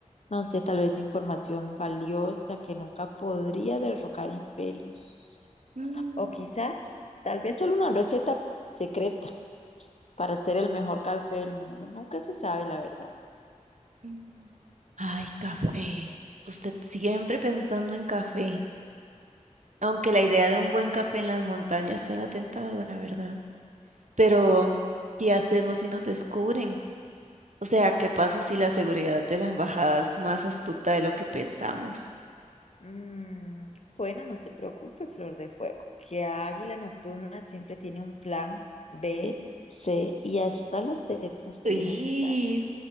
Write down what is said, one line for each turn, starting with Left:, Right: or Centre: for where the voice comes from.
Left: no sé, tal vez información valiosa que nunca podría derrocar imperios.
Right: Mm.
Left: O quizás, tal vez solo una receta secreta para hacer el mejor café del mundo. Nunca se sabe la verdad.
Right: Mm. Ay, café. Usted siempre pensando en café. Aunque la idea de un buen café en las montañas suena tentadora, ¿verdad? Pero, ¿qué hacemos si nos descubren? O sea, ¿qué pasa si la seguridad de la embajada es más astuta de lo que pensamos?
Left: Mm, bueno, no se preocupe, Flor de Fuego, que Águila Nocturna siempre tiene un plan B, C y hasta la Z si
Right: ¡Uy,
Left: es necesario.